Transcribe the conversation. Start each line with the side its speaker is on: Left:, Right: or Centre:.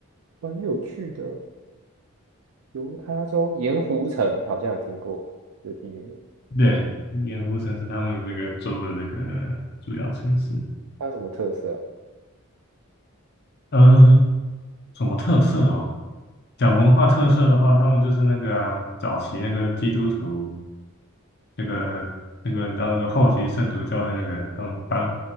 Right: 蛮有趣的。犹他州盐湖城好像有听过这地名，
Left: 对，盐湖城是他们这个州的那个主要城市。
Right: 它有什么特色啊
Left: 嗯，什么特色哦？
Right: 湖
Left: 讲文化特色的话，他们就是那个啊，早期那个基督徒，那个那个，你知道那个后期圣徒教会那个，他们搬